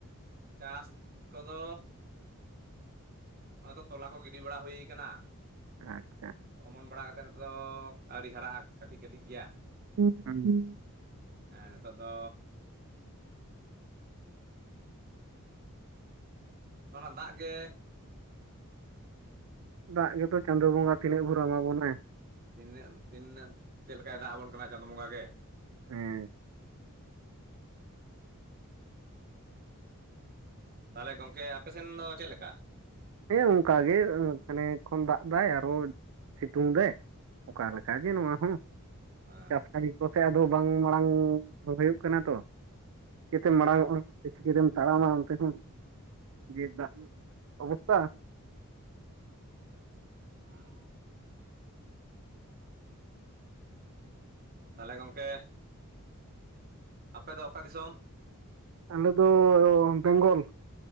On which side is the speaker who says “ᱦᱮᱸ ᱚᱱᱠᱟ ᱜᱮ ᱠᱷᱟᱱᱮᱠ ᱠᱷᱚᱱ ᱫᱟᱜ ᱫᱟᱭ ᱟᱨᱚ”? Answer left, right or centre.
Right